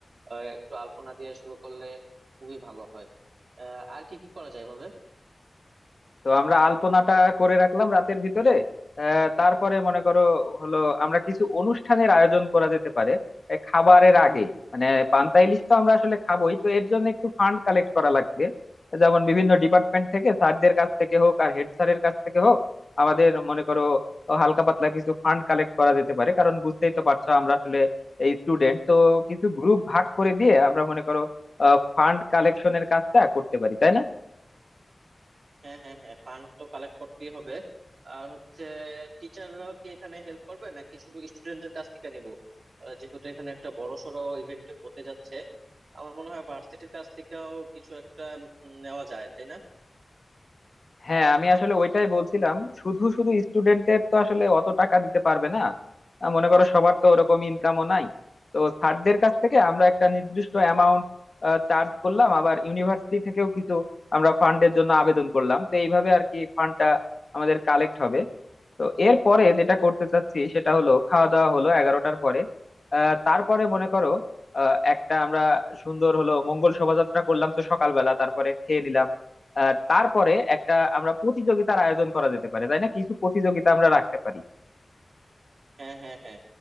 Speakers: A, on the right; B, on the left.
A: আহ, একটু আলপনা দিয়ে শুরু করলে খুবই ভালো হয় আহ, আর কি কি করা যায় ভাবে
B: তো আমরা আলপনাটা করে রাখলাম রাতের ভিতরে আহ, তারপরে মনে করো হলো আমরা কিছু অনুষ্ঠানের আয়োজন করা যেতে পারে এ, খাবারের আগে মানে পান্তা ইলিশ তো আমরা আসলে খাবোই তো এর জন্য একটু ফান্ড কালেক্ট করা লাগবে যেমন বিভিন্ন ডিপার্টমেন্ট থেকে স্যারদের কাছ থেকে হোক আর হেড স্যারের কাছ থেকে হোক আমাদের মনে করো হালকা পাতলা কিছু ফান্ড কালেক্ট করা যেতে পারে কারণ বুঝতেই তো পারছো আমরা আসলে এই স্টুডেন্ট তো কিছু গ্রুপ ভাগ করে দিয়ে আমরা মনে করো ফান্ড কালেকশনের কাজটা করতে পারি তাই না
A: হ্যাঁ হ্যাঁ হ্যাঁ ফান্ড তো কালেক্ট করতেই হবে আর হচ্ছে টিচাররাও কি এখানে হেল্প করবে নাকি শুধু স্টুডেন্টদের কাছ থেকে নিবো আহ, যেহেতু এখানে একটা বড় সড়ো ইভেন্ট হতে যাচ্ছে আমার মনে হয় ভার্সিটির কাছ থেকেও কিছু একটা উম, নেওয়া যায় তাই না
B: হ্যাঁ আমি আসলে ওইটাই বলছিলাম শুধু শুধু স্টুডেন্টদের তো আসলে অত টাকা দিতে পারবে না আহ, মনে করো সবার তো ওরকম ইনকামও নাই তো স্যারদের কাছ থেকে আমরা একটা নির্দিষ্ট অ্যামাউন্ট চার্জ করলাম আবার ইউনিভার্সিটি থেকেও কিছু আমরা ফান্ডের জন্য আবেদন করলাম তো এইভাবে আর কি ফান্ডটা আমাদের কালেক্ট হবে তো এরপরে যেটা করতে চাচ্ছি সেটা হলো খাওয়া দাওয়া হলো এগারোটার পরে আহ, তারপরে মনে করো আহ, একটা আমরা সুন্দর হলো মঙ্গল শোভাযাত্রা করলাম তো সকালবেলা তারপরে খেয়ে নিলাম আহ তারপরে একটা আমরা প্রতিযোগিতার আয়োজন করা যেতে পারে তাই না কিছু প্রতিযোগিতা আমরা রাখতে পারি
A: হ্যাঁ হ্যাঁ হ্যাঁ